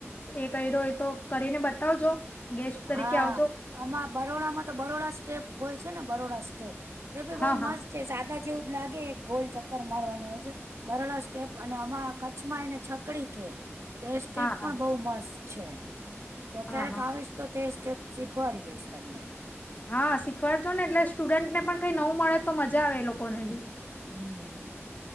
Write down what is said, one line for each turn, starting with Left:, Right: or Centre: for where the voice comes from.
Left: એ કર્યો એ તો કરીને બતાવજો. ગેસ્ટ તરીકે
Right: હા
Left: આવજો
Right: આમાં બરોડામાં તો બરોડા સ્ટેપ હોય છે ને બરોડા સ્ટેપ. તે ભી
Left: હા
Right: બઉુ
Left: હા
Right: મસ્ત છે સાદા જેવું જ લાગે ગોલ ચક્કર મારવાનું હોય છે. બરાડ સ્ટેપ અને આમાં કચ્છમાં એને છકડી કે. તે સ્ટેપ
Left: હા હા
Right: પણ બઉુ મસ્ત છે તો ક્યારેક
Left: હા હા
Right: આવીશ તો તે સ્ટેપ શીખવાડી દઈશ તમને
Left: હા શીખવાડજો ને એટલે સ્ટુડન્ટ ને પણ કઈ નવું મળે તો મજા આવે એ લોકોને બી
Right: હમ